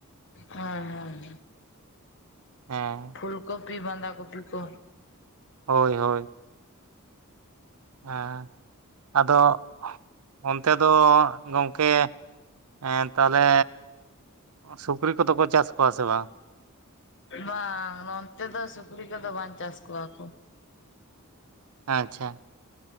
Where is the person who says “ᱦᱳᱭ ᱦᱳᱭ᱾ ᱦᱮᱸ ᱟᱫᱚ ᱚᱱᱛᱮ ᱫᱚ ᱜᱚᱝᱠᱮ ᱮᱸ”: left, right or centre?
Right